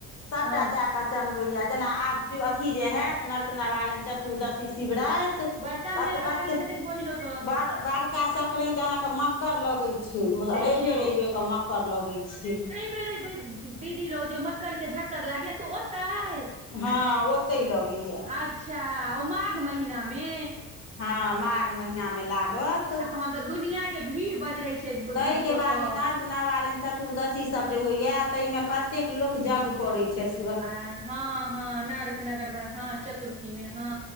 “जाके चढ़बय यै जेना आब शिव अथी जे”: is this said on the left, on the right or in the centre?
Left